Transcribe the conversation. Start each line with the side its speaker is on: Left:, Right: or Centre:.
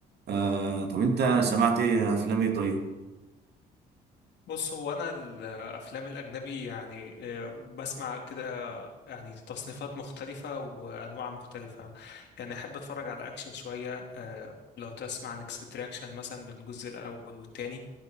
Right: آه طب انت سمعت ايه افلام ايه طيب
Left: بص هو أنا الأفلام الأجنبي يعني آه، بسمع كده يعني تصنيفات مختلفة وأنواع مختلفة يعني أحب أتفرج على أكشن شوية آه، لو تسمع عن اكستراكشن مثلا بالجزء الأول والتاني